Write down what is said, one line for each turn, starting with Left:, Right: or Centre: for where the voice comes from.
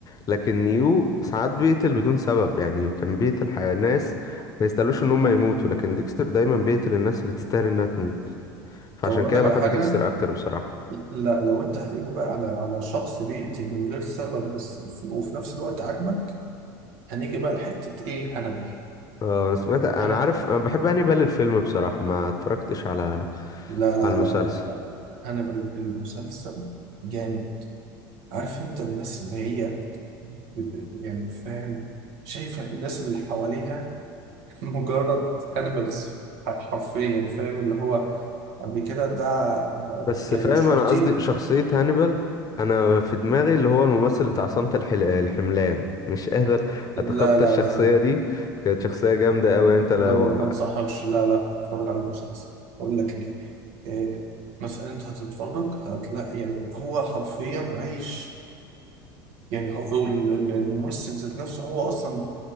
Left: لكن نيو ساعات بيقتل بدون سبب يعني كان بيقتل حي- ناس ما يستاهلوش ان هم يموتوا لكن ديكستر دايما بيقتل الناس اللي تستاهل انها تموت فعشان
Right: طب اقول
Left: كده
Right: لك
Left: بحب
Right: على حاجه
Left: ديكستر اكتر بصراحة
Right: لا لو انت هتيجي بقى على على شخص بيقتل من غير سبب بس في- وفي نفس الوقت عاجبك هنيجي بقى لحته ايه هنبل
Left: اه انا سمعت انا
Right: هنا
Left: عارف انا بحب هانيبال الفيلم بصراحة ما اتفرجتش على
Right: لا لا
Left: على المسلسل
Right: لا لا هنبل المسلسل جامد عارف انت الناس اللي هي ب- ب- يعني فاهم شايفه الناس اللي حواليها مجرد animals حرفيا فاهم اللي هو قبل كده ده
Left: بس
Right: يعني
Left: فاهم
Right: شرطي
Left: انا قصدي شخصية هانيبال انا في دماغي اللي هو الممثل بتاع صمت الحل... الحملان مش قادر
Right: لا
Left: اتخطى
Right: لا
Left: الشخصية
Right: لا لا
Left: دي كانت شخصية جامدة قوي انت لو
Right: انا ما انصحكش لا لا اتفرج على المسلسل اقول لك ليه إيه مثلا انت هتتفرج هتلاقي يعني هو حرفيا عايش يعني هو هو ال- ال- الممثل ذات نفسه هو اصلا